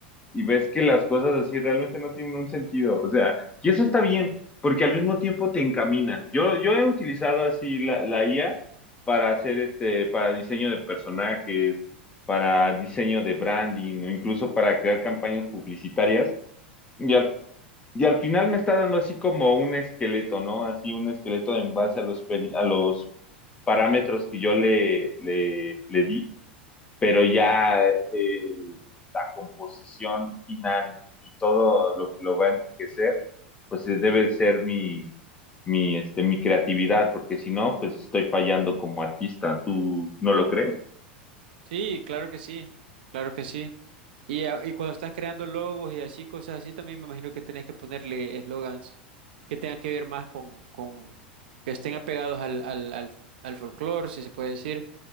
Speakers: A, on the left; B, on the right.
A: y ves que las cosas así realmente no tienen un sentido, o sea, y eso está bien, porque al mismo tiempo te encamina. Yo, yo he utilizado así la, la IA para hacer este, para diseño de personajes, para diseño de branding, o incluso para crear campañas publicitarias. y al y al final me está dando así como un esqueleto, ¿no? Así un esqueleto en base a los, peri- a los parámetros que yo le, le, le di, pero ya eh, la composición final y todo lo que lo va a enriquecer, pues eh, debe ser mi, mi, este, mi creatividad, porque si no, pues estoy fallando como artista. ¿Tú no lo crees?
B: Sí, claro que sí, claro que sí. Y, a- y cuando estás creando logos y así, cosas así, también me imagino que tenés que ponerle eslogans que tengan que ver más con, con que estén apegados al, al, al, al folclore, si se puede decir,